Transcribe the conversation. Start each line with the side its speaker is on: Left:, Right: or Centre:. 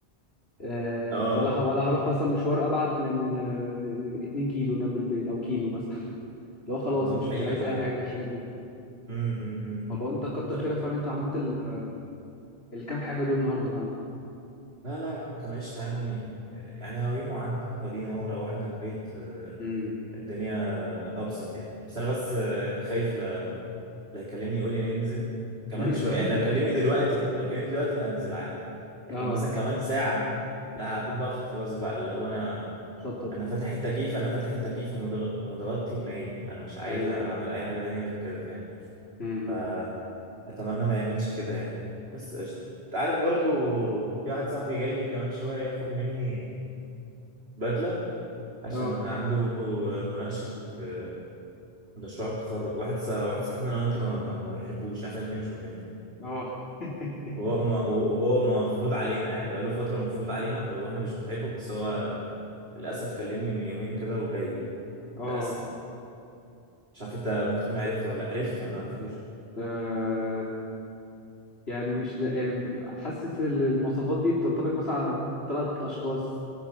Left: أه
Right: اه
Left: ولا ه- ولا هروح مثلا مشوار ابعد من آه، 2 كيلو جنب البيت او كيلو مثلا <laughs> اللي هو خلاص
Right: هو
Left: مش
Right: دي حقيقة
Left: مش عايز
Right: فعلا
Left: اي حاجه من الحاجات دي
Right: أمم، أمم، أمم،
Left: والله
Right: أمم.
Left: انت كتر
Right: طب
Left: خيرك فعلا انت عملت ال- الكام حاجه دول النهارده فعلا
Right: لا لا يا عم كان قشطة يعني يعني هو يوم عدى ودينا هو روحنا البيت آه،
Left: امم
Right: الدنيا أبسط يعني بس أنا بس آه، خايف لا لا يكلمني يقول لي ننزل كمان
Left: <laughs>
Right: شوية يعني لو كلمني دلوقتي لو كلمني دلوقتي هنزل عادي لكن
Left: اه
Right: مثلا كمان ساعة لا هكون بقى خلاص بقى اللي هو أنا
Left: شطب
Right: أنا فاتح التكييف أنا فاتح التكييف ومتغ- ومتغطي ونايم أنا مش عايز
Left: ايوه
Right: أعمل
Left: ايوه
Right: أي حاجة تانية غير كده
Left: امم
Right: فاهم اتمنى ما يعملش كده يعني بس قشطة انت عارف برضو في واحد صاحبي جاي لي كمان شوية ياخد مني بدلة عشان
Left: اه
Right: عنده مناقشة آه، مشروع التخرج واحد ص- واحد صاحبنا انا وانت ما ما بنحبوش احنا الاتنين مش بنحبه
Left: اه <laughs>
Right: وهو ما وهو مفروض علينا يعني بقاله فترة مفروض علينا ب- واحنا مش بنحبه بس هو للأسف كلمني من يومين كده وجاي
Left: اه
Right: للأسف مش عارف انت ممكن تكون عرفته ولا عرفته ولا معرفتوش
Left: آه، يعني مش ل- آه، حاسس ان المواصفات دي بتنطبق مثلا على ثلاث اشخاص